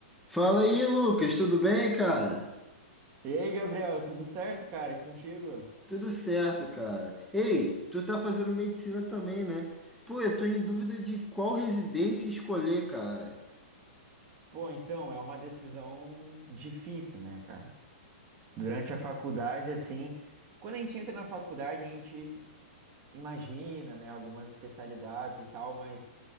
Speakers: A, in the centre; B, on the right (about 30°).
A: Fala aí, Lucas, tudo bem, cara?
B: E aí, Gabriel, tudo certo, cara? E contigo?
A: Tudo certo, cara. Ei, tu tá fazendo medicina também, né? Pô, eu tô em dúvida de qual residência escolher, cara.
B: Pô, então, é uma decisão difícil, né, cara? Durante a faculdade, assim, quando a gente entra na faculdade, a gente imagina, né, algumas especialidades e tal, mas